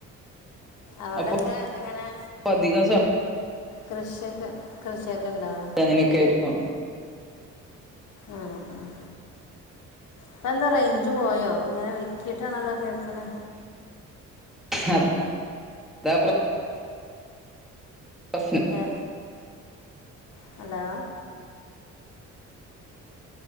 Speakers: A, on the left; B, in the centre.
A: അവടൊക്കെ
B: അപ്പൊ
A: എങ്ങനെ?
B: അധികം സ
A: കൃഷിയൊക്കെ കൃഷിയൊക്കെ ണ്ടോ?
B: അങ്ങനൊക്കായിരിക്കും.
A: ആഹ് ആഹ്. പ്പൊ ന്താ റേയ്ഞ്ച് പോയോ ഇങ്ങനേ വിക്കീയിട്ടാണല്ലോ കേക്കണേ.
B: ഹബ് ദാപ്ര പ്രശ്നം
A: ഹേ ഹലോ.